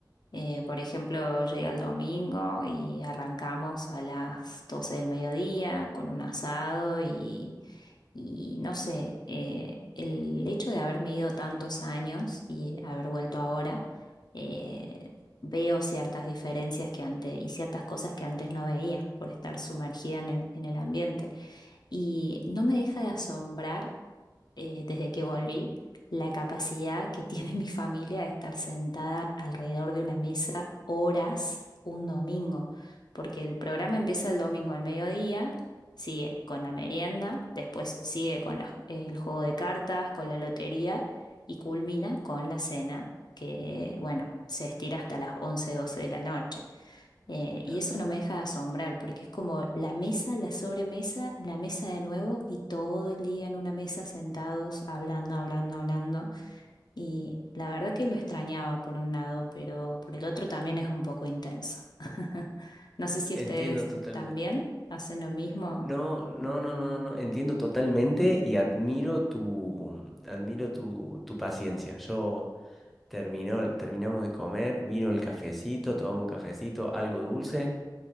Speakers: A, on the left; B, in the centre.
A: Eh, por ejemplo, llegué el domingo y arrancamos a las 12 del mediodía con un asado y, y no sé, eh, el hecho de haberme ido tantos años y haber vuelto ahora, eh, veo ciertas diferencias que antes y ciertas cosas que antes no veía por estar sumergida en el, en el ambiente. Y no me deja de asombrar eh, desde que volví, la capacidad que tiene <laughs> mi familia de estar sentada alrededor de una mesa horas un domingo, porque el programa empieza el domingo al mediodía, sigue con la merienda, después sigue con la- el juego de cartas, con la lotería y culmina con la cena, que bueno, se estira hasta las 11 12 de la noche. Eh,
B: Claro,
A: y eso no me deja de asombrar, porque es como la mesa, la sobremesa, la mesa de nuevo y todo el día en una mesa sentados, hablando, hablando, hablando. Y la verdad que lo extrañaba por un lado, pero por el otro también es un poco intenso. <laughs> No sé si
B: entiendo
A: ustedes
B: totalmente.
A: también hacen lo mismo.
B: No, no, no, no, no, no, entiendo totalmente y admiro tu, admiro tu, tu paciencia. Yo terminó, terminamos de comer, vino el cafecito, tomamos un cafecito, algo dulce,